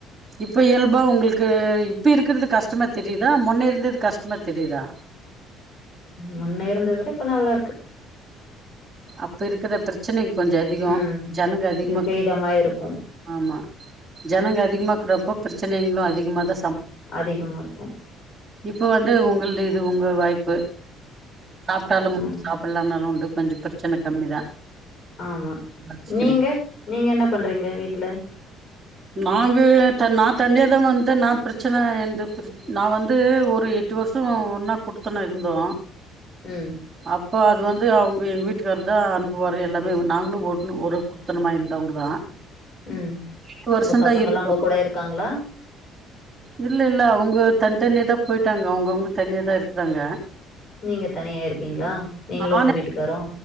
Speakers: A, on the right; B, on the left.
A: இப்ப இயல்பா உங்ளுக் கு இப்ப இருக்கிறது கஷ்டமா தெரிதா முன்ன இருந்தது கஷ்டமா தெரிதா
B: முன்ன இருந்தத விட இப்ப நல்லாருக்கு
A: அப்ப இருக்கற பிரச்சனைள் கொஞ்சோ அதிகோ
B: ம்.
A: ஜனங்க அதிகமா
B: இது ஃப்ரீடமா இருக்கும்.
A: ஆமா ஜனங்க அதிகமா இர்க்ரப்போ பிரச்சனங்ளு அதிகமா தா சம்
B: அதிகமாருக்கு
A: இப்ப வந்து உங்ளுது இது உங்க வாய்ப்பு சாப்பிட்டாலும்
B: ம்.
A: சாப் பில்லானாலு உண்டு கொஞ்சோ ப்ரெச்சன கம்மி தா
B: ஆமா
A: வச்சுக்கிறே
B: நீங்க நீங்க என்ன பண்றீங்க வீட்ல
A: நாங்க த நா தண்ணியா தா வந்த நா ப்ரெச்சன எந்த ப்ரெச் நா வந்து ஒரு எட்டு வருஷோ ஒன்னா குடுத்தனோ இருந்தோ
B: ம்
A: அப்ப அது வந்து அவுங்க எங்க வீட்டுக்காரர் தா அனுப்புவாரு எல்லாமே நாங்ளு ஒண்ணு ஒரு மெத்தனமா இருந்தவங்க தா
B: ம்
A: எட்டு வருஷோ
B: உங்க பசங்கெல்லா
A: தா இருந்தோ
B: உங்க கூட இருக்காங்களா
A: இல்ல இல்ல அவுங்க தன் தனியா தா போய்ட்டாங்க அவுங்கவுங்க தனியா தா இருக்கறாங்க
B: நீங்க தனியா இருக்கீங்ளா நீங்ளு
A: நானே
B: உங்க வீட்டுக்காரு